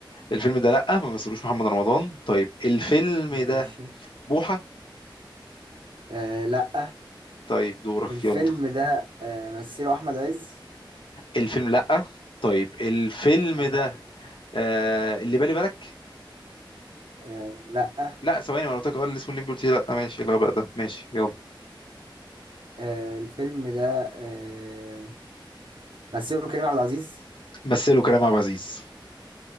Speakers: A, on the left (about 75°); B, on the right (about 75°).
A: الفيلم ده لأ ما مثلوش محمد رمضان طيب الفيلم ده
B: ماشي
A: بوحة
B: آه لا
A: طيب دورك
B: الفيلم
A: يلا
B: ده آه مثله احمد عز
A: الفيلم لأ طيب الفيلم
B: برضو
A: ده آه اللي بالي بالك
B: آه لا
A: لا ثواني ما أنا قلت لك اه اللي اسمه الليمبي قلت لي لا ماشي الغباء ده ماشي يلا
B: آه الفيلم ده آه مثله كريم عبد العزيز
A: مثله كريم عبد العزيز